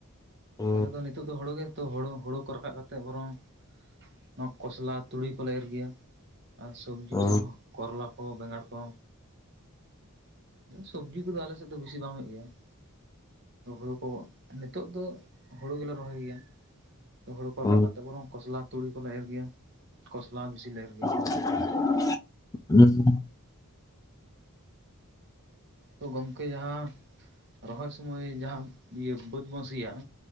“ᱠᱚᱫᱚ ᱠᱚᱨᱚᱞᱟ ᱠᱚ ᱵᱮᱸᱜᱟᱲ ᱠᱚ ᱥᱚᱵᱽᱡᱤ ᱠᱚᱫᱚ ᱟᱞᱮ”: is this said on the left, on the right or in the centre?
Right